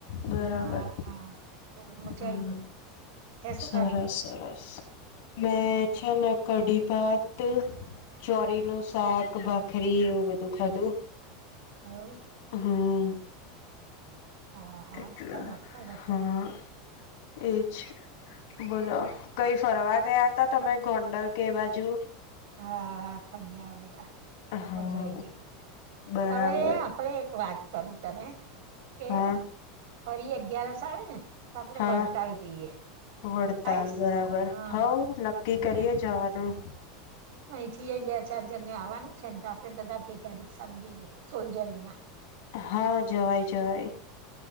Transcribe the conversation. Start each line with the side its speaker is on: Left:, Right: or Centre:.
Left: બરાબર,
Right: હા મજા
Left: હા.
Right: આઈ ગઈ તે શું
Left: સરસ-સરસ.
Right: ખાધું
Left: મેં છે ને કઢી ભાત ચોરી નું શાક, ભાખરી એવું બધું ખાધું.
Right: એવું
Left: હમ્મ.
Right: હા હા
Left: એટલે,
Right: સરસ સરસ
Left: હા. એ છે, બોલો કંઈ ફરવા ગયા તા તમે ગોંડલ કે એ બાજુ?
Right: હા ફરી આઈવા બેટા,
Left: હા
Right: મજા આઈ ગઈ.
Left: બરાબર
Right: હવે આપણેે એક વાત કરું તને, કે
Left: હા
Right: ફરી અગિયારસ આવે ને, તો આપડે
Left: હા
Right: વળતાલ જઈએ.
Left: વડતાલ,
Right: આવીશ
Left: બરાબર.
Right: હા
Left: હોવ નક્કી કરીએ જાવાનું.
Right: અહીં થી એ બે ચાર જણ ને આવવાનું છે ને, તો આપડે બધા ભેગા રિક્ષામાં જઈએ. સોલજરીમાં.
Left: હા, જવાય-જવાય.